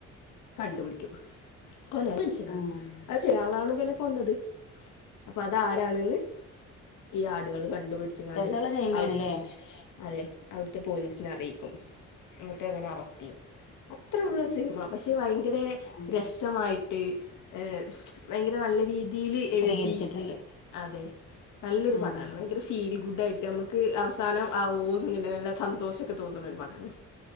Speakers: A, on the left (about 80°); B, on the left (about 50°).
A: കണ്ടുപിടിക്കും കൊല മനുഷ്യനാണ്
B: ആഹ്
A: അത് ചിരാളാണ് വലെ പ്പൊന്നത് അപ്പൊതാരാണ്ന്ന് ഈ ആടുകള് കണ്ട് പിടിച്ച്ങ്ങാണ്ട്
B: രസള്ള സിനിമയാണ്ല്ലേ
A: അവി അതെ അവിടുത്തെ പോലീസിനെ അറിയിക്കും എന്നിട്ട് അങ്ങനെ അറസ്റ്റിയ്യും അത്ര ഉള്ളൂ സിനിമ പക്ഷെ ഭയങ്കര
B: ആഹ്
A: രസമായി ട്ട് ഏ ച്ച് ഭയങ്കര നല്ല രീ തീല്
B: ചിത്രീകരിച്ചിട്ടുണ്ട്
A: എഴുതി അതെ നല്ലൊരു
B: ആഹ്
A: പടാണ് ഭയങ്കര ഫീലി ഗുഡായിട്ട് ട്ട് അമ്മുക്ക് അവസാനം ആവോന്ന്ങ്ങനെ നല്ല സന്തോഷൊക്കെ തോന്നുണൊരു പടാണ്